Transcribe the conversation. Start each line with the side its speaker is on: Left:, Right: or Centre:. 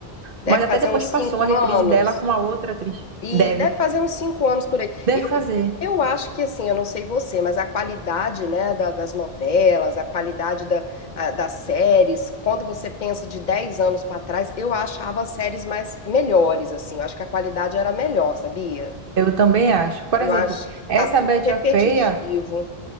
Left: Deve
Right: Mas até
Left: fazer
Right: depois
Left: uns
Right: passou
Left: cinco
Right: uma reprise
Left: anos.
Right: dela com uma outra atriz.
Left: E
Right: Deve.
Left: deve fazer uns cinco anos por aí.
Right: Deve
Left: Eu,
Right: fazer.
Left: eu acho que assim, eu não sei você, mas a qualidade, né, da- das novelas, a qualidade da, a- das séries, quando você pensa de 10 anos pra trás, eu achava as séries mais melhores, assim. Eu acho que a qualidade era melhor, sabia?
Right: Eu também acho. Por
Left: Eu
Right: exemplo,
Left: acho que tá
Right: essa
Left: tudo
Right: Betty
Left: repetitivo,
Right: a Feia,